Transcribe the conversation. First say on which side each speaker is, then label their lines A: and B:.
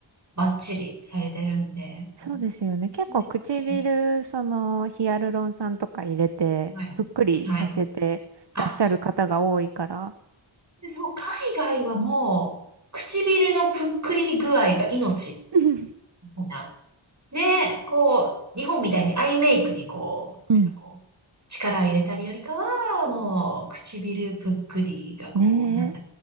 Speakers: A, on the right; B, on the right.
A: バッチリされてるんで。こ
B: そうですよね。結構唇、
A: うねそう
B: そのヒアルロン酸とか入れて、
A: はい。
B: ぷっくりさせてらっしゃる方が多いから。
A: はい。あで、そう、海外はもう、唇のぷっくり具合が命
B: <laughs>
A: みたいな。ねこう、日本みたいにアイメイクにこう、
B: うん。
A: なんかこう、力を入れたりよりかは、もう、唇ぷっくりがこう、
B: <laughs> ねえ。
A: なんだ、